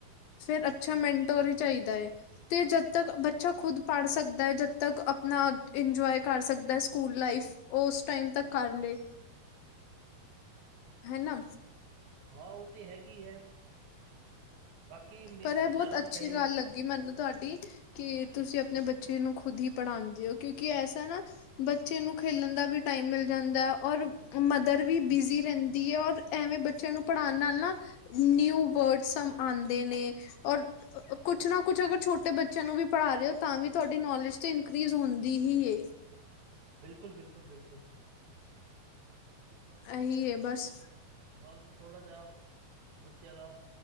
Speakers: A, on the left; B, on the right.
A: ਫੇਰ ਅੱਛਾ
B: ਹਾਂ
A: ਮੈਂਟੋਰ ਹੀ ਚਾਹੀਦਾ ਹੈ। ਤੇ ਜਦ ਤੱਕ ਬੱਚਾ ਖੁਦ ਪੜ੍ਹ ਸਕਦਾ ਹੈ ਜਦ ਤੱਕ ਆਪਣਾ ਇੰਜੋਏ ਕਰ ਸਕਦਾ ਸਕੂਲ ਲਾਈਫ। ਉਹ ਉਸ ਟਾਈਮ ਤਕ ਕਰ ਲਏ। ਹੈਨਾ।
B: ਹਾਂ ਉਹ ਤੇ ਹੈਗੀ ਹੈ। ਬਾਕੀ ਮੇ-
A: ਪਰ ਇਹ
B: ਜ਼ਿਆਦਾ
A: ਬਹੁਤ ਅੱਛੀ
B: ਟਾਈਮ
A: ਗੱਲ ਲੱਗੀ ਮੈਨੂੰ ਤੁਹਾਡੀ। ਕਿ ਤੁਸੀਂ ਆਪਣੇ ਬੱਚੇ ਨੂੰ ਖੁਦ ਹੀ ਪੜ੍ਹਾਉਂਦੇ ਹੋ ਕਿਉਂਕਿ ਐਸਾ ਨਾ। ਬੱਚੇ ਨੂੰ ਖੇਲਣ ਦਾ ਵੀ ਟਾਈਮ ਮਿਲ ਜਾਂਦਾ ਹੈ ਔਰ ਮਦਰ ਵੀ ਬਿਜ਼ੀ ਰਹਿੰਦੀ ਹੈ ਔਰ। ਐਵੇਂ ਬੱਚਿਆਂ ਨੂੰ ਪੜ੍ਹਾਉਣ ਨਾਲ ਨਾ ਨਿਊ ਵਰਡ ਸਮ ਆਉਂਦੇ ਨੇ। ਔਰ ਕੁੱਛ ਨਾ ਕੁੱਛ ਅਗਰ ਛੋਟੇ ਬੱਚੇ ਬੱਚਿਆਂ ਨੂੰ ਵੀ ਪੜ੍ਹਾ ਰਹੇ ਹੋ ਤਾਂ ਵੀ ਤੁਹਾਡੀ ਨੌਲੇਜ ਤੇ ਇਨਕਰੀੀਜ਼ ਹੁੰਦੀ ਹੀ ਏ।
B: ਬਿਲਕੁਲ ਬਿਲਕੁਲ ਬਿਲਕੁਲ।
A: ਅਹੀ ਏ ਬਸ।
B: ਬਸ ਥੋੜ੍ਹਾ ਜਾ ਬੱਚੇਆਂ ਦਾ